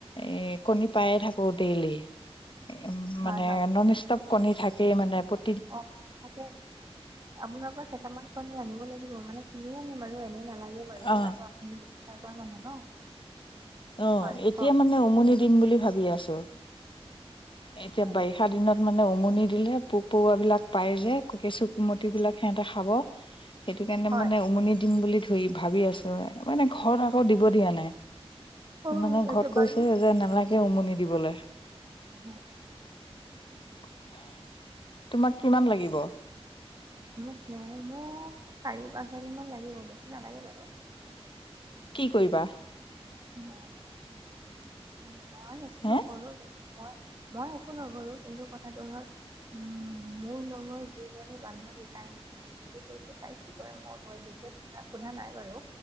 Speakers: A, on the left (about 50°); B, on the right (about 35°).
A: এ কণী পায়ে থাকো ডেইলি। এ
B: হয়
A: মানে নন ষ্টপ কণী থাকেই মানে। প্র
B: অ তাকে আপোনাৰ পৰা কেইটামান কণী। জানিব লাগিব মানে। কিনি আনিম বাৰু এনেই নেলাগে বাৰু
A: অ
B: তাতো আপুনি। ই মানুহ ন।
A: অ
B: হয়
A: এতিয়া
B: কওক
A: মানে
B: শুনি
A: উমনি
B: আছোঁ
A: দিম বুলি ভাবি আছো। এতিয়া
B: হয়
A: বাৰিষা দিনত মানে উ। আমনি দিলে পোক পৰুৱা বিলাক পাই যে। কেঁচু কুমতি বিলাক সিহতে খাব। সেইটো কাৰণে
B: হয়
A: মানে উমনি দিম বুলি ধৰি ভাবি আছো। মানে ঘৰত আকৌ দিব দিয়া নাই।
B: অঁ
A: মানে
B: এতিয়া
A: ঘৰত
B: বাৰী
A: কৈছে যে নালাগে উম নি দিবলে।
B: হয়।
A: <unintelligible> তোমাক কিমান লাগিব?
B: মোক নে মোক চাৰি পাঁচ হালি মান লাগিব। বেছি নালাগে বাৰু।
A: কি কৰিবা?
B: মই
A: হে
B: মই একো নকৰো। কিন্তু মই মই একো নকৰো। কিন্তু কথাটো হ'ল উমোৰ লগৰ যিজনী বান্ধৱী। তাই কৈছে। তাই কি কৰে মোৰ বিশেষ সোধা নাই বাৰু।